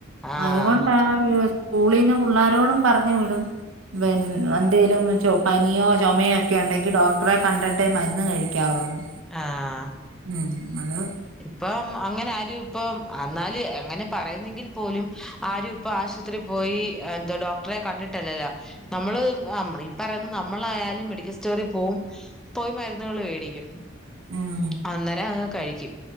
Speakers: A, in the centre; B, on the right (about 80°).
A: ആഹ്
B: അതുകൊണ്ടാ <unintelligible> സ്കൂളീന്ന് പുള്ളോരോടും പറഞ്ഞു വിടും പിന് എന്തേലും ച പനിയോ ചൊമയോ ഒക്കെ ഉണ്ടെങ്കി ഡോക്ടറെ കണ്ടിട്ടേ മരുന്ന് കഴിക്കാവൊള്ളന്ന്
A: ആഹ്
B: ഉം അതാ
A: ഇപ്പം അങ്ങനെ ആരും ഇപ്പം അന്നാല് എങ്ങനെ പറയുന്നെങ്കിൽ പോലും ആരും ഇപ്പൊ ആശുത്രി പോയി എന്തുവ ഡോക്ടറെ കണ്ടിട്ടല്ലല്ലോ നമ്മള് നമ്മള് ഈ പറയുന്ന നമ്മളായാലും മെഡിക്കൽ സ്റ്റോറിൽ പോവും പോയി മരുന്നുകള് വേടിക്കും
B: ഉം
A: അന്നേരം അ കഴിക്കും